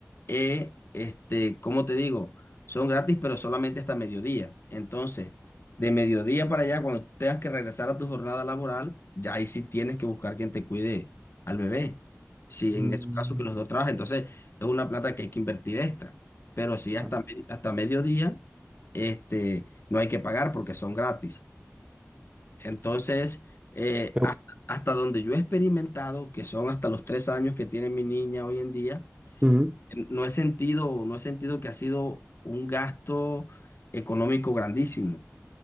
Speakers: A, on the left; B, on the right.
A: eh, este, ¿cómo te digo? Son gratis, pero solamente hasta mediodía. Entonces, de mediodía para allá, cuando tengas que regresar a tu jornada laboral, ya ahí sí tienes que buscar quien te cuide al bebé. Si
B: Mm,
A: en esos casos que los dos trabajan, entonces es una plata que hay que invertir extra. Pero si hasta,
B: nada.
A: me- hasta mediodía, este, no hay que pagar porque son gratis. Entonces, eh,
B: Qué
A: ha- hasta, donde yo he experimentado, que son hasta los tres años que tiene mi niña hoy en día,
B: bueno. Ujú.
A: eh, no he sentido, no he sentido que ha sido un gasto económico grandísimo.